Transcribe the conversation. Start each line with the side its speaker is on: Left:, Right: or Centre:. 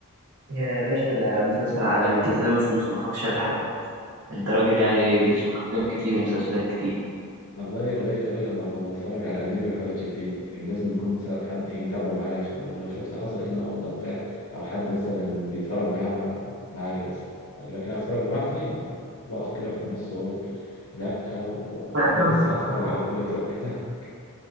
Right: يا باشا ده مسلسل عالمي انت ازاي ما سمعتش- ما اتفرجتش عليه لحد دلوقتي؟ انت راجل يعني بتشوف افلام كتير ومسلسلات كتير
Left: والله قليل قوي لما بتفرج على اجنبي وحاجات تشدني يعني لازم يكون مثلا حد ايه متابعه معايا عشان اقول له شفت حصل ايه النهارده بتاع او حد مثلا بيتفرج معايا مع- معايا مثلا لكن اتفرج لوحدي ب- بقف كده في النص واقول لا و-
Right: <laughs>
Left: ده لسه هتفرج على كل ده وكده